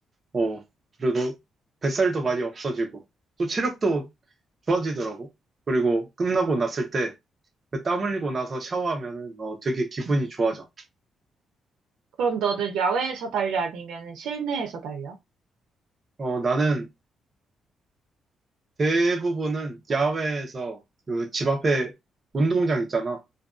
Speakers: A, on the right; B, on the right.
A: 어, 그래도 뱃살도 많이 없어지고, 또 체력도 좋아지더라고. 그리고 끝나고 났을 때 땀 흘리고 나서 샤워하면은 어, 되게 기분이
B: 응,
A: 좋아져.
B: 그럼 너는 야외에서 달려 아니면 실내에서 달려?
A: 어, 나는 대부분은 야외에서 그 집 앞에 운동장 있잖아.